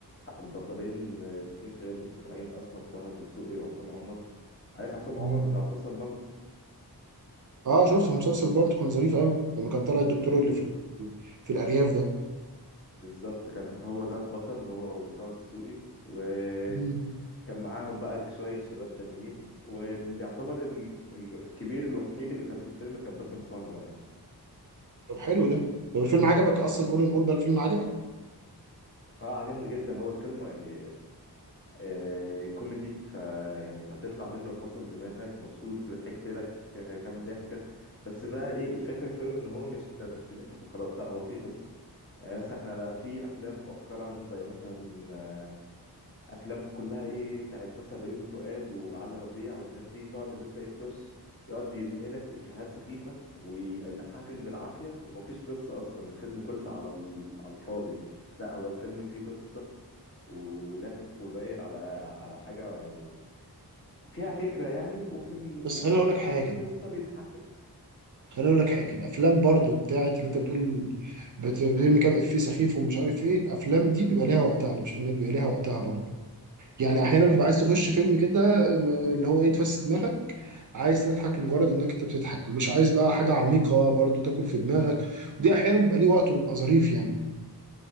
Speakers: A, on the left; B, on the right.
A: البطلين اتنين شباب لسه طالعين اصلا طه الدسوقي وعصام عمر عارف عصام
B: مم.
A: عمر بتاع مسلسل بالطو
B: اه شفته في مسلسل بالطو كان ظريف قوي لما كان طالع الدكتور
A: مم.
B: اللي في ال- في الارياف ده
A: بالظبط كان هو ده البطل هو وطه الدسوقي وكان
B: مم.
A: معاهم بقى شوية شباب تانيين واللي يعتبر ال- الكبير الوحيد اللي كان في الفيلم كان باسم سمرة يعني
B: طب حلو ده طب الفيلم عجبك اصلا قول نقول بقى الفيلم عجبك
A: اه عجبني جدا هو الفيلم يعني آه، كوميدي فيعني انت هتطلع منه فاصل دماغك مبسوط ضحكت لك آه، كام ضحكه بس بقى ايه الفكره في الفيلم ان هو مش انت مش بتضحك وخلاص لا هو في قصه يعني مثلا احنا بقى في افلام مؤخرا زي مثلا آه، افلام كلها ايه بتاعت مثلا بيومي فؤاد وعلي ربيع والناس دي تقعد اللي انت ايه تخش يقعد يمهلك افيهات سخيفه ويضحكك بالعافيه ومفيش قصه اصلا الفيلم كله على ال- على الفاضي لا هو الفيلم فيه قصه ولافف وداير على على حاجة يعني فيها فكرة يعني وفي ال...
B: بس
A: وبقى
B: خليني اقول لك حاجه
A: مع القصة بيضحكك
B: خليني اقول لك حاجه الافلام برضو بتاعت اللي انت بتقول بت- بترمي كام افيه سخيف ومش عارف ايه الافلام دي بيبقى ليها وقتها انا بشوف ان هي بيبقى ليها وقتها برضو يعني احيانا بتبقى عايز تخش فيلم كده م- اللي هو ايه تفسد دماغك عايز تضحك لمجرد انك انت بتضحك مش عايز بقى حاجه عميقه برضو تاكل في دماغك ودي احيانا بيبقى ليه وقت وبيبقى ظريف يعني